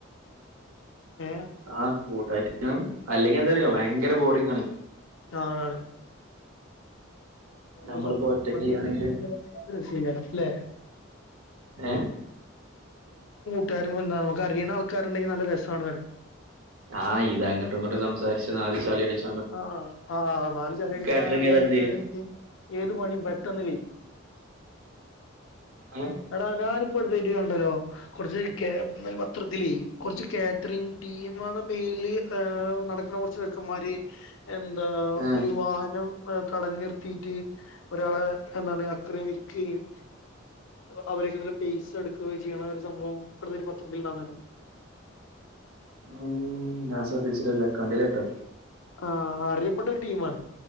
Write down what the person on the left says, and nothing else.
ഏഹ്
ആ ആണാണ്
ർവപ്പ
<unintelligible> വർത്തിച്ച്
കൃഷിക്കണം അല്ലേ
കൂട്ടാരും വന്ന നമുക്ക് അറിയ്ണ ആൾക്കാരുണ്ടെങ്കി നല്ല രസാണ്ന്ന് പറയും
ആഹ ആ നാല് ചളി അടിച്ച
നല്ല
രസായിട്ട്
ഏത് പണിയും പെട്ടെന്ന്കൈ യ്യും
എടാ ഞാനിപ്പ എടുതായിട്ട് ഉണ്ടല്ലോ കുറച്ച് കാറ്ററിംഗ് പത്രത്തിലേ കുറച്ച് കാറ്ററിംഗ് ടീമളെ ഡെയിലി നടക്കുന്ന കുറച്ച് ചെക്കമ്മാര് എന്താ
ഒരു വാഹനം തടഞ്ഞു നിർത്തിട്ട് ഒരാളെ എന്താണ് അക്രമിക്കയും അവ- രുടെ പൈസ എടുക്കുകയും ചെയ്യണ ഒരു സംഭവം ഇവിടെ ഒരു പത്രത്തില് ഉണ്ടായിരുന്നില്ലേ
ആ അറിയപ്പെട്ട ഒരു ടീമാണ്